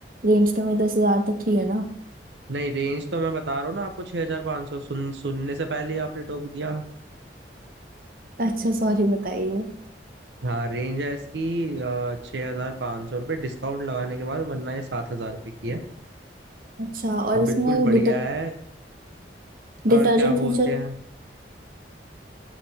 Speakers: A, on the right; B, on the right.
A: रेंज तो मेरी दस हजार तक ही है ना
B: नहीं रेंज तो मैं बता रहा हूँ ना आपको 6500 हजार पाँच सौ सुन सुनने से पहले ही आपने टोक दिया
A: अच्छा सॉरी बताइए
B: हाँ रेंज है इसकी छः हजार पाँच सौ रुपये डिस्काउंट लगाने के बाद वरना ये सात हजार रुपये की है
A: अच्छा और
B: अब
A: इसमें
B: बिल्कुल बढ़िया
A: डिटर
B: है
A: डिटर्जेंट
B: और क्या
A: फीचर
B: बोलते हैं